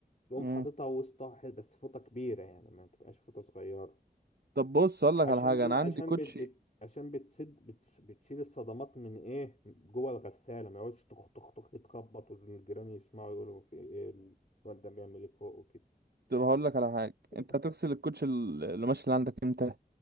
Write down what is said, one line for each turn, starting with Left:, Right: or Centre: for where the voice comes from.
Left: تقوم
Right: امم
Left: حاططها وسطها ح- بس فوطة كبيرة يعني ما تبقاش فوطة صغيرة
Right: طب بص اقول لك
Left: عشان
Right: على حاجة
Left: ليه؟
Right: انا عندي
Left: عشان
Right: كوتشي
Left: بت... بت... عشان بتسد بت... بتشيل الصدمات من إيه جوه الغسالة ما يقعدش تخ تخ تخ يتخبط والجيران يسمعوا يقولوا في إيه الواد ده بيعمل إيه فوق وكده
Right: طب هقول لك على حاجه
Left: <laughs>
Right: انت هتغسل الكوتش ال- القماش اللي عندك امتى